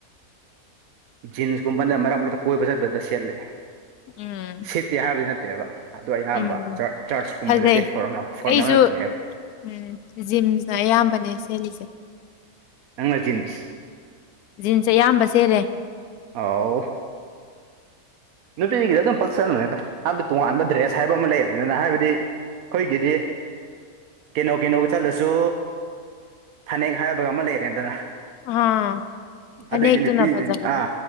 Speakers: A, on the right; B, on the left.
A: ꯖꯤꯟꯁꯀꯨꯝꯕꯅ ꯃꯔꯛ ꯃꯔꯛꯇ ꯀꯣꯏꯕ ꯆꯠꯄꯗꯨꯗ ꯁꯦꯠꯂꯦ
B: ꯎꯝ
A: ꯁꯦꯠꯇꯦ ꯍꯥꯏꯕꯗꯤ ꯅꯠꯇꯦꯕ ꯑꯗꯨ ꯑꯌꯥꯝꯕ
B: ꯎꯝ
A: ꯆꯔꯆꯀꯨꯝꯕꯗꯗꯤ
B: ꯐꯖꯩ
A: ꯐꯣꯔꯜ ꯐꯣꯔꯣꯃꯦꯜ
B: ꯑꯩꯁꯨ
A: ꯉꯛꯄꯅꯦꯕ
B: ꯎꯝ ꯖꯤꯟꯁꯅ ꯑꯌꯥꯝꯕꯅꯦ ꯁꯦꯠꯂꯤꯁꯦ
A: ꯅꯪꯅ ꯆꯤꯟꯁ
B: ꯖꯤꯟꯁ ꯑꯌꯥꯝꯕ ꯁꯦꯠꯂꯦ
A: ꯑꯧ ꯅꯨꯄꯤꯒꯤꯗꯤ ꯑꯗꯨꯝ ꯄꯛꯆꯅꯕꯗ ꯍꯥꯏꯕꯗꯤ ꯇꯣꯉꯥꯟꯕ ꯗ꯭ꯔꯦꯁ ꯍꯥꯏꯕ ꯑꯃ ꯂꯩꯔꯅꯤꯗꯅ ꯍꯥꯏꯕꯗꯤ ꯈꯣꯢꯒꯤꯗꯤ ꯀꯩꯅꯣ ꯀꯩꯅꯣꯒ ꯆꯠꯂꯁꯨ ꯐꯅꯦꯛ ꯍꯥꯏꯕꯒ ꯑꯃ ꯂꯩꯔꯦꯗꯅ
B: ꯑꯥ ꯐꯅꯦꯛꯇꯨꯅ
A: ꯑꯗꯒꯤ ꯅꯨꯄꯤ
B: ꯐꯖꯕꯗꯣ
A: ꯑꯥ